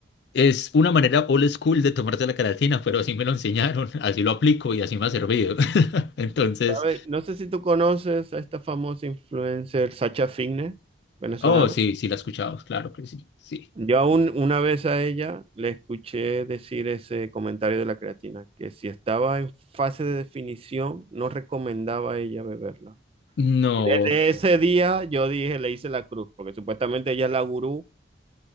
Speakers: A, on the left; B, on the right.
A: Es una manera old school de tomarte la creatina, pero así me lo enseñaron, <laughs> así lo aplico y así me ha servido. <laughs> Entonces,
B: ¿Sabes? No sé si tú conoces a esta famosa influencer Sacha Fitness, venezolana.
A: oh, sí, sí la he escuchado, claro que sí, sí.
B: Yo aún una vez a ella le escuché decir ese comentario de la creatina, que si estaba en fase de definición, no recomendaba a ella beberla.
A: No,
B: Y desde ese día yo dije, le hice la cruz, porque supuestamente ella es la gurú